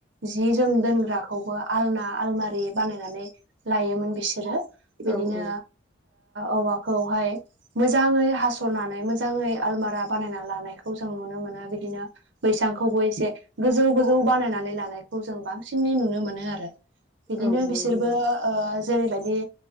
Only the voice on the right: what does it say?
जि जोम दोनग्राखौबो आलना आलमारि बानायनानै लायोमोन बिसोरो। बिदिनो
औवाखौहाय मोजाङै हास' सरनानै मोजाङै आलमारा बानायना लानायखौ जों नुनो मोनो बिदिनो बैसांखौबो एसे गोजौ गोजौ बानायनानै लानायखौ जों बांसिनै नुनो मोनो आरो बिदिनो
बिसोरबो जेरैबायदि।